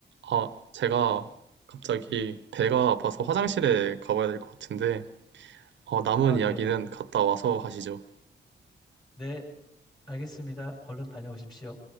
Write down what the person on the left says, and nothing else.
아,
네.
네, 알겠습니다. 얼른 다녀오십시오.